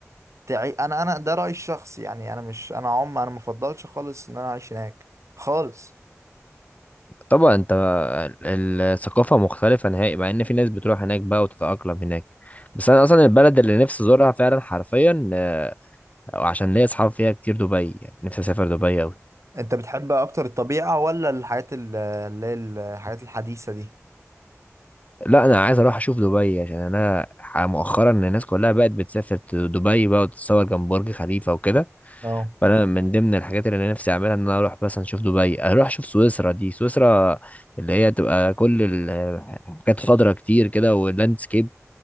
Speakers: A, on the right; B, on the left.
A: تعي انا انا ده رأيي الشخصي يعني انا مش انا عم انا مفضلش خالص ان انا اعيش هناك خالص
B: طبعا انت ال- الثقافه مختلفه نهائي مع ان في ناس بتروح هناك بقى وتتاقلم هناك بس انا اصلا البلد اللي نفسي ازورها فعلا حرفيا آه، عشان ليا اصحاب فيها كتير دبي يعني نفسي اسافر دبي قوي
A: انت بتحب اكتر الطبيعة ولا الحاجات ال- اللي هي الحاجات الحديثة دي
B: لا انا عايز اروح اشوف دبي عشان انا ح- مؤخرا الناس كلها بقت بتسافر ت- دبي بقى وتتصور جنب برج خليفه وكده
A: اه
B: فانا من ضمن الحاجات اللي انا نفسي اعملها ان انا اروح مثلا اشوف دبي اروح اشوف سويسرا دي سويسرا اللي هي تبقى كل ال- حاجات خضرا كتير كده واللاندسكيب